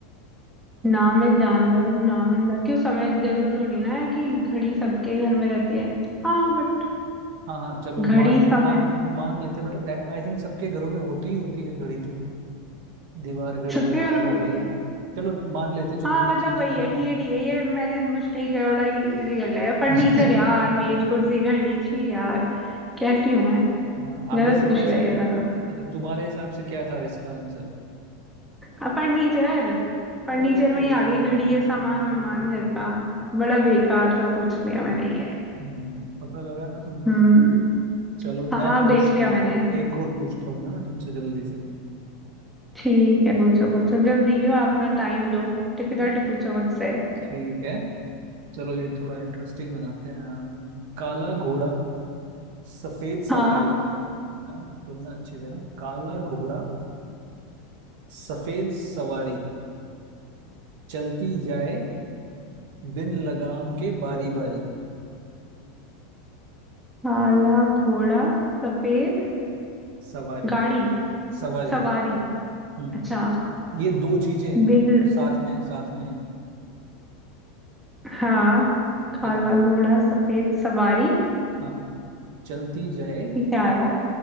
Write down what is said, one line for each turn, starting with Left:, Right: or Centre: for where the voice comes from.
Centre: ना मैं जानवर हूँ ना मैं इंसान क्यों समय जरूर थोड़ी ना है कि घड़ी सबके घर में रहती है हाँ बट
Right: हाँ हाँ चलो
Centre: घड़ी
Right: मान
Centre: समय
Right: मान मान लेते हैं बट आई थिंक सबके घरों में होती ही होती है घड़ी तो दीवार घड़ी
Centre: सबके
Right: हाथ
Centre: घर में
Right: घड़ी
Centre: होती है
Right: चलो मान लेते हैं, चलो
Centre: हाँ
Right: किसी
Centre: मतलब
Right: के
Centre: वही
Right: नहीं
Centre: है
Right: है
Centre: ठीक है ठीक है ये मैंने मुश्किल किया बड़ा इजी कर लिया फर्नीचर
Right: <laughs>
Centre: यार मेज कुर्सी घड़ी छी यार कैसी हूँ मैं
Right: हाँ आप
Centre: गलत
Right: वैसे
Centre: पूछ
Right: वैसे
Centre: लिया ये वाला
Right: मतलब तुम्हारे हिसाब से क्या था इसका आंसर?
Centre: अब फर्नीचर फर्नीचर
Right: ओके
Centre: में ही
Right: तो
Centre: आ गई
Right: हम्म,
Centre: घड़ी है सामान
Right: ओके
Centre: वामान
Right: ओके
Centre: घर
Right: ओके
Centre: का
Right: ओके
Centre: बड़ा बेकार सा पूछ लिया मैंने ये
Right: हम्म, पता लगा ना तुम्हें
Centre: हम्म
Right: चलो मैं
Centre: हाँ
Right: पूछता
Centre: अब देख लिया
Right: हूँ
Centre: मैंने
Right: एक और पूछता हूँ ना मैं तुमसे जल्दी से
Centre: ठीक है पूछो पूछो जल्दी क्यों अपना टाइम लो डिफिकल्ट
Right: चल,
Centre: पूछो मुझसे
Right: ठीक है चलो ये थोड़ा इंटरेस्टिंग बनाते हैं अम, काला घोड़ा सफेद सवारी
Centre: हाँ
Right: है ना सुनना अच्छे से ना काला घोड़ा सफेद सवारी चलती जाए बिन लगाम के बारी बारी
Centre: काला घोड़ा सफेद
Right: सवारी
Centre: गाड़ी
Right: सवारी
Centre: सवारी
Right: हम्म
Centre: अच्छा
Right: ये दो चीजें हैं
Centre: बिल
Right: ना साथ में हैं, साथ में हैं।
Centre: हाँ काला
Right: एक
Centre: घोड़ा सफेद सवारी
Right: हाँ चलती जाए
Centre: ये क्या आया